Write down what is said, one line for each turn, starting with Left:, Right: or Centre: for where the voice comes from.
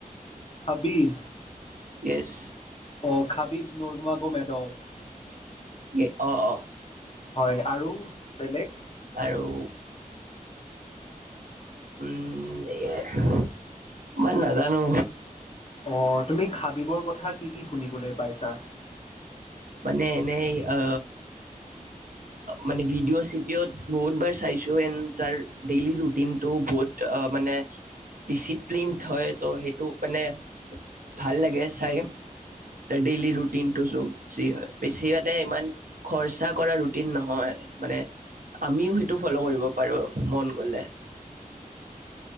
Left: Khabib
Right: yes.
Left: অ', খাবিব নৰ্গমা গ মেডফ।
Right: এ অ', অ',
Left: হয় আৰু বেলেগ?
Right: আৰু উম, ইমান নাজানো।
Left: অ', তুমি খাবিবৰ কথা কি কি শুনিবলৈ পাইছা?
Right: মানে এনে আ, মানে ভিডিঅ চিদিওত বহুত বাৰ চাইচো এন তাৰ ডেইলি ৰুটিনটো বহুত আ, অ', মানে ডিচিপ্লিন হয় ত' সেইটো মানে ভাল লাগে চাই। ডেইলি ৰুটিনটো চ যি বেছি মানে ইমান খৰচা কৰা ৰুটিন নহয়, মানে আমিও সেইটো ফ'ল' কৰিব পাৰো মন গলে। <inaudible>